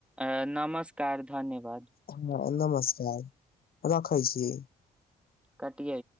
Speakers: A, in the centre; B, on the left.
A: अ नमस्कार धन्यवाद
B: हाँ नमस <unintelligible> रखै छी।
A: कटिये।